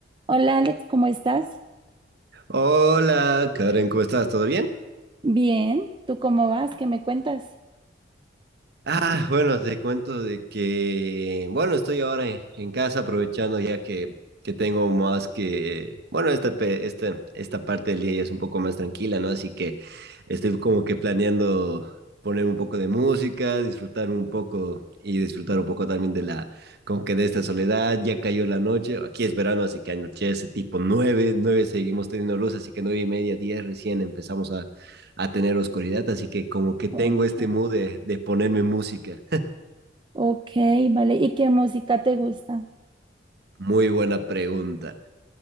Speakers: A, on the right (about 25°); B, on the right (about 60°).
A: Hola Alex, ¿cómo estás?
B: Hola, Karen, ¿cómo estás? ¿Todo bien?
A: Bien, ¿tú cómo vas? ¿Qué me cuentas?
B: Ah, bueno, te cuento de que, bueno, estoy ahora en, en casa aprovechando ya que, que tengo más que, bueno, esta, pe- esta, esta parte del día ya es un poco más tranquila, ¿no? Así que estoy como que planeando poner un poco de música, disfrutar un poco y disfrutar un poco también de la, como que de esta soledad, ya cayó la noche, aquí es verano, así que anochece tipo nueve, nueve seguimos teniendo luz, así que nueve y media, diez recién empezamos a tener oscuridad, así que como que tengo
A: Ok,
B: este mood de, de ponerme música.
A: ok, vale. ¿Y qué música te gusta?
B: Muy buena pregunta.